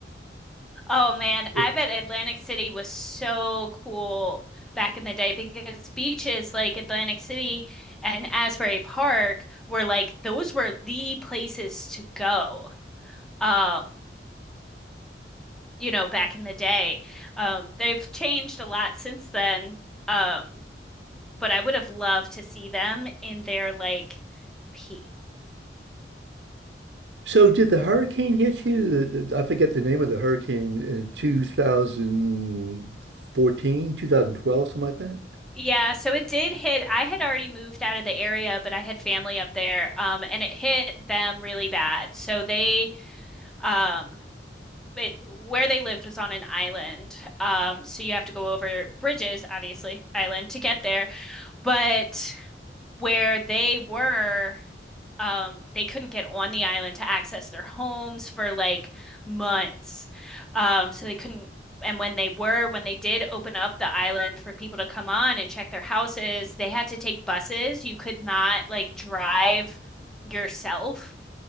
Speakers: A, in the centre; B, on the right (about 85°).
A: Oh man,
B: Yeah.
A: I bet Atlantic City was so cool back in the day because beaches like Atlantic City and Asbury Park were like those were the places to go. Um, you know, back in the day. Um, they've changed a lot since then. Um, but I would have loved to see them in their like peak.
B: So did the hurricane hit you? The, the, I forget the name of the hurricane in two thousand fourteen, two thousand twelve, something like that.
A: Yeah, so it did hit. I had already moved out of the area, but I had family up there, um, and it hit them really bad. So they Um, but where they lived was on an island. Um, so you have to go over bridges, obviously, island to get there. But where they were, um, they couldn't get on the island to access their homes for like months. Um, so they couldn't. And when they were, when they did open up the island for people to come on and check their houses, they had to take buses. You could not like drive yourself